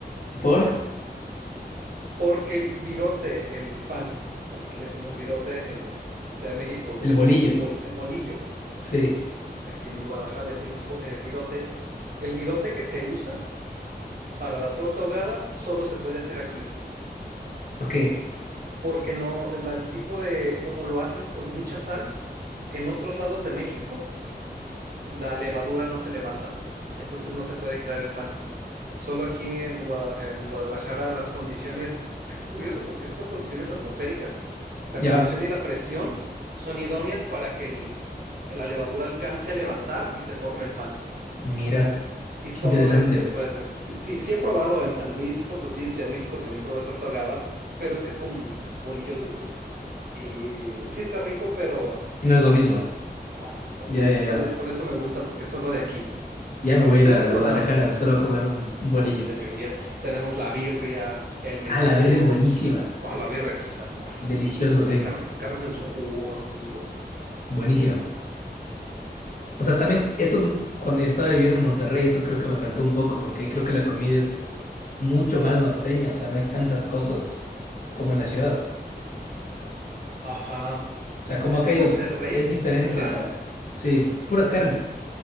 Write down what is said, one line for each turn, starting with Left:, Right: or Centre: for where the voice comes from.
Left: ¿Por?
Right: Porque el virote, el pan, bueno, aquí le decimos virote en Ciudad de México,
Left: El bolillo.
Right: bo- bol- eh, bolillo.
Left: Sí.
Right: Aquí en Guadalajara le decimos bo- eh, virote. El virote que se usa para la torta ahogada solo se puede hacer aquí,
Left: Ok.
Right: porque no, la- el tipo de, como lo hacen con mucha sal, en otros lados de México, la levadura no se levanta, entonces no se puede crear el pan. Solo aquí en Guada- en Guadalajara las condiciones, es que es curioso porque es por condiciones atmosféricas. La
Left: Ya.
Right: condición y la presión son idóneas para que el- la levadura alcance a levantar y se forme el pan.
Left: Mira.
Right: Y
Left: Qué
Right: solo
Left: interesante.
Right: de eso se puede hacer. Sí, sí, sí he probado en San Luis Potosí, en Ciudad de México también probé torta ahogada, pero es que es como bolillo dulce. Y sí está rico, pero
Left: No es
Right: da,
Left: lo mismo.
Right: da, da,
Left: Ya,
Right: sí.
Left: ya,
Right: Y solo
Left: ya.
Right: por
Left: Tss,
Right: eso me gusta, porque es solo de aquí,
Left: Ya me
Right: en
Left: voy
Right: ningún
Left: a ir a
Right: otro
Left: Guadalajara
Right: lado.
Left: solo a comerme un, un bolillo.
Right: Oh, deberías. Tenemos la birria, el menudo.
Left: Ah, la birria es buenísima.
Right: Oh, la birria es hermosa
Left: Delicioso,
Right: también. Las,
Left: sí.
Right: car- las carnes en su jugo aquí. uf.
Left: Buenísimo. O sea, también eso cuando yo estaba viviendo en Monterrey, eso creo que me faltó un poco porque ahí creo que la comida es mucho más norteña, o sea, no hay tantas cosas como en la ciudad.
Right: Ajá.
Left: O sea, como
Right: Es
Left: acá
Right: que
Left: hay
Right: Monterrey
Left: obs- es diferente
Right: es raro.
Left: la... Sí, es pura carne.